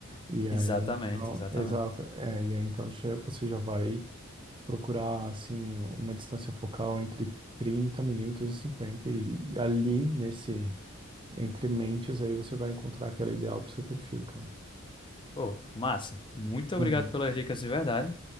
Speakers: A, on the right; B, on the left.
A: E aí,
B: Exatamente,
A: então,
B: exatamente.
A: exato. É, e aí, então, já- você já vai procurar assim uma distância focal entre 30 milímetros e 50 e ali nesse entre mentes aí você vai encontrar aquela ideal pro seu perfil, cara.
B: Pô, massa. Muito obrigado
A: Uhum.
B: pelas dicas de verdade.